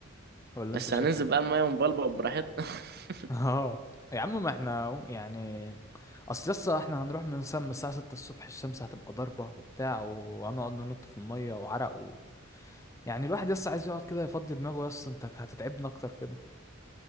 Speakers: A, on the left; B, on the right.
A: ولا
B: بس
A: انت شايف
B: هننزل
A: ايه
B: بقى المية ونبلبل براحتنا <laughs>
A: اه يا عم ما احنا أهو يعني اصل لسه احنا هنروح من سم الساعة 6 الصبح الشمس هتبقى ضاربة وبتاع وهنقعد ننط في المية وعرق و... يعني الواحد لسه عايز يقعد كده يفضي دماغه يس انت هتتعبنا اكتر كده